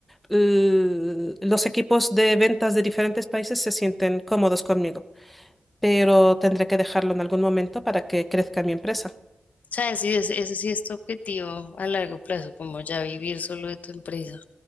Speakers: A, in the centre; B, on the left (about 65°).
A: l- los equipos de ventas de diferentes países se sienten cómodos conmigo, pero tendré que dejarlo en algún momento para que crezca mi empresa.
B: ¿Sabes? Sí, ese, ese sí es tu objetivo a largo plazo, como ya vivir solo de tu empresa.